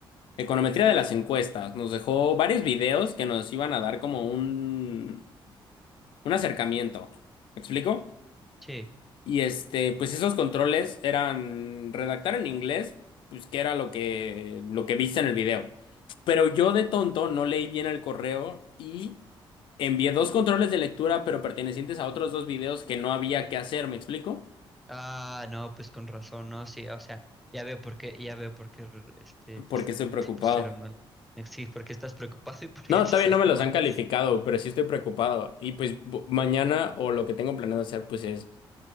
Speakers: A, on the left; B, in the centre.
A: Econometría de las encuestas. Nos dejó varios videos que nos iban a dar como un... un acercamiento. ¿Me explico?
B: sí.
A: Y este, pues esos controles eran redactar en inglés, pues que era lo que, lo que viste en el video. Pero yo de tonto no leí bien el correo y envié dos controles de lectura, pero pertenecientes a otros dos videos que no había que hacer, ¿me explico?
B: Ah, no, pues con razón, no, sí, o sea, ya veo por qué, ya veo por qué este, te,
A: Porque estoy preocupado.
B: te pusieron mal. Sí, porque estás preocupado y porque
A: No,
B: te
A: todavía
B: <laughs> salió
A: no me los
B: mal
A: han calificado,
B: eso.
A: pero sí estoy preocupado. Y pues bu- mañana o lo que tengo planeado hacer pues es